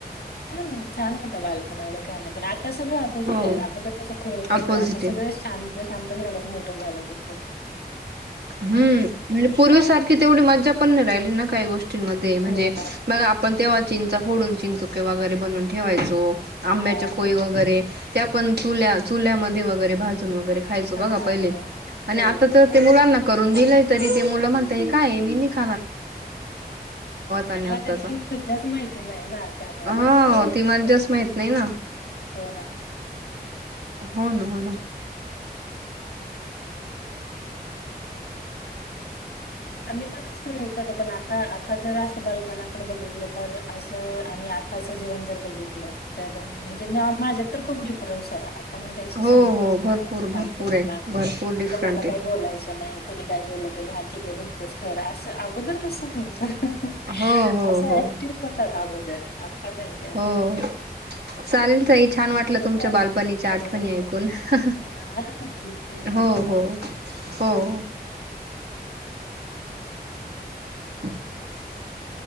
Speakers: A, on the left; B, on the right.
A: छान छान होत बालपण एवढं काय नाहीं पण आ आता सगळं अपोजिट
B: हो
A: आहेत, अगोदर कसं खोडकर होते
B: अपोजिट
A: आता सगळे
B: आहे
A: शांत. शांत झालं, मोठं झालं तस.
B: हम्म म्हणजे पूर्वीसारखी तेवढी मज्जा पण नाही राहिली ना. काय गोष्ट ची मध्ये म्हणजे
A: हो ना.
B: आपण ते चिंचा फोडून चिंचुके वगैरे बनून ठेवायचो. आंब्याचे
A: हां.
B: कोई वगैरे. त्या पण चुल्या चुल्यामध्ये वगैरे, भाजून वगैरे. खायच बघा
A: हां.
B: पहिले, आणि
A: हो,
B: आता
A: हो.
B: तर मुलांना. करून दिलंय तरी ते मुल म्हणतय काय मी नई खा आणि
A: त्यांना
B: आत्ताचा
A: कसल्या मज्जाच माहिती नाही ना, त्यामुळं
B: हा
A: त्यावेळीस
B: ती मज्जाच माहित नाही ना
A: हो ना.
B: हो ना, हो ना.
A: आम्ही पण नसतं ऐकत, पण आता आता जर असं बालपणाकडे बघितलं तर असं आणि आताच जीवन जर बघितलं तर म्हणजे माझ्यात तर खूप डिफरन्स आहे. आता म्हणजे समंजस
B: हो हो
A: झाला,
B: भरपूर
A: शांत
B: भरपूर
A: झाला,
B: आहे भरपूर
A: की
B: डिफरंट
A: कोणाला
B: आहे
A: काही बोलायचं नाही कोणी काय बोललं तरी ह ठीक आहे बघ.. खरा असं अगोदर तसं नव्हतं.
B: हो हो
A: असं
B: हो
A: ऍक्टिव्ह होतात अगोदर, आता नाहीये.
B: हो. चालेल ताई. छान वाटलं
A: ठीक आहे.
B: तुमच्या बालपणीच्या आठवणी
A: हो.
B: ऐकून ह
A: हां, ठीक आहे
B: अ
A: मला
B: हो
A: पण.
B: हो हो. <unintelligible>